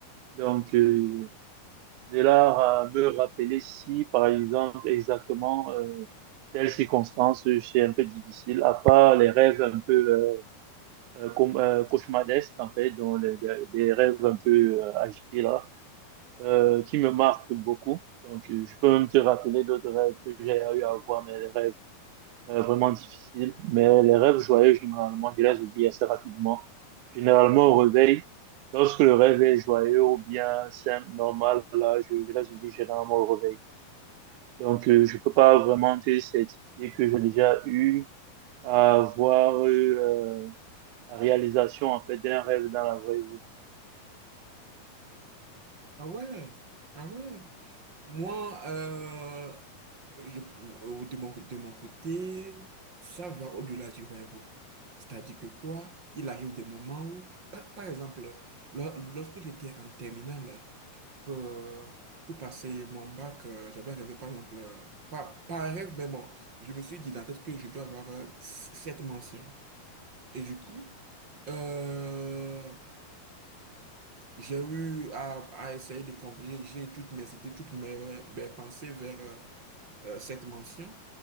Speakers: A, on the right; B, on the right.
A: Donc, euh, de là à me rappeler si, par exemple, exactement euh, telle circonstance, c'est un peu difficile, à part les rêves un peu euh, euh, com- euh, cauchemardesques, en fait, dont les, les- les rêves un peu euh, agités là, euh, qui me marquent beaucoup. Donc, euh, je peux même te rappeler d'autres rêves que j'ai eu à voir, mais les rêves euh, vraiment difficile. Mais les rêves joyeux, généralement, je les oublie assez rapidement. Généralement, au réveil, lorsque le rêve est joyeux ou bien simple, normal, là, je je les oublie généralement au réveil. Donc, euh, je peux pas vraiment te certifier que j'ai déjà eu à avoir eu euh, la réalisation, en fait, d'un rêve dans la vraie vie.
B: Ah ouais, ah ouais. Moi, euh, je- euh, de mon, de mon côté, ça va au-delà du rêve. C'est-à-dire que quoi, il arrive des moments où, par, par exemple, lo- lorsque j'étais en terminale, euh, pour passer mon bac, euh, j'avais rêvé, par exemple, euh, pas, pas un rêve, mais bon, je me suis dit dans la tête que je dois avoir euh, cette mention. Et du coup, euh, j'ai eu à, à essayer de converger toutes mes idées, toutes mes, mes pensées vers... euh, euh, cette mention.